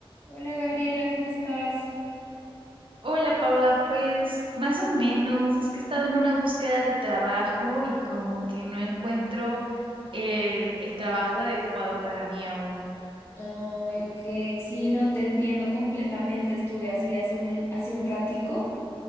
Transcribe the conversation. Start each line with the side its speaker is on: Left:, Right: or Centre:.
Left: Hola Gabriela, ¿cómo estás?
Right: Hola Paula, pues más o menos, es que he estado en una búsqueda de trabajo y como que no encuentro el, el trabajo adecuado para mí aún.
Left: Ay, ok, sí, no te entiendo completamente. Estuve así hace un, hace un ratico